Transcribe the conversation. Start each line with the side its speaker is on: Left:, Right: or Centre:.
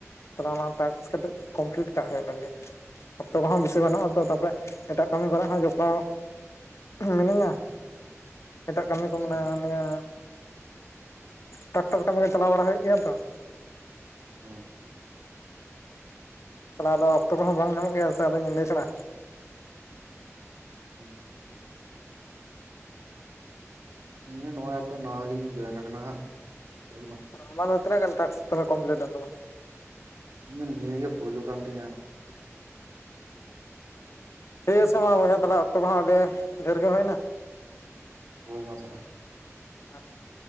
Left: ᱛᱟᱞᱦᱮ ᱚᱱᱟ ᱴᱟᱠᱥᱼᱼ ᱠᱟᱹᱴᱤᱡ ᱠᱚᱢᱯᱞᱤᱴ ᱠᱟᱜ ᱦᱩᱭᱩᱜ ᱞᱟᱹᱜᱤ ᱟ ᱾ ᱚᱠᱛᱚ ᱠᱚᱦᱚᱸ ᱵᱤᱥᱤ ᱵᱟᱱᱩᱜᱼᱟ ᱛᱚ ᱛᱟᱯᱚᱨᱮ ᱮᱴᱟᱜ ᱠᱟᱹᱢᱤ ᱠᱚᱨᱮ ᱦᱚᱸ ᱡᱚᱯᱲᱟᱣ ᱦᱤᱱᱟᱹᱧᱟ, ᱮᱴᱟᱜ ᱠᱟᱹᱢᱤ
Right: ᱟᱪᱪᱷᱟ
Left: ᱠᱚ ᱢᱮᱱᱟ ᱱᱤᱭᱟᱹ ᱴᱟᱠᱴᱟᱨ ᱠᱟᱹᱢᱤ ᱠᱚ ᱪᱟᱞᱟᱣ ᱵᱟᱲᱟ ᱦᱩᱭᱩᱜ ᱜᱮᱭᱟ ᱛᱚ ᱾
Right: ᱦᱩᱸ
Left: ᱚᱱᱮ ᱟᱫᱚ ᱚᱠᱛᱚ ᱠᱚᱦᱚᱸ ᱵᱟᱝ ᱧᱟᱢᱚᱜ ᱜᱮᱭᱟ ᱥᱮ ᱟᱫᱚ ᱧᱤᱫᱟᱹ ᱪᱷᱟᱲᱟ᱾
Right: ᱦᱩᱸ ᱤᱧ ᱦᱚᱸ ᱱᱚᱣᱟ ᱮᱯ ᱨᱮ ᱱᱚᱣᱟ ᱜᱤᱧ ᱡᱚᱭᱮᱱ ᱟᱠᱟᱱᱟ ᱦᱟᱸᱜ ᱱᱤᱛᱚᱝ ᱫᱚ ᱾
Left: ᱟᱢᱟᱜ ᱫᱚ ᱛᱤᱱᱟᱹᱜ ᱜᱟᱱ ᱴᱟᱥᱠ ᱠᱚᱢᱯᱞᱤᱴ ᱮᱱ ᱛᱟᱢᱟ?
Right: ᱤᱧᱟᱜ ᱱᱤᱭᱟᱹ ᱜᱮ ᱯᱳᱭᱞᱳ ᱠᱟᱱ ᱛᱤᱧᱟᱹ ᱦᱟᱸᱜ ᱾
Left: ᱚ ᱴᱷᱤᱠ ᱟᱪᱷᱮ ᱢᱟ ᱵᱚᱭᱦᱟ ᱛᱟᱦᱞᱮ ᱚᱠᱛᱚ ᱠᱚᱦᱚᱸ ᱟᱹᱰᱤ ᱰᱷᱮᱨ ᱜᱮ ᱦᱩᱭᱱᱟ ᱾
Right: ᱦᱳᱭ ᱢᱟ ᱛᱟᱦᱚᱞᱮ᱾
Left: <unintelligible>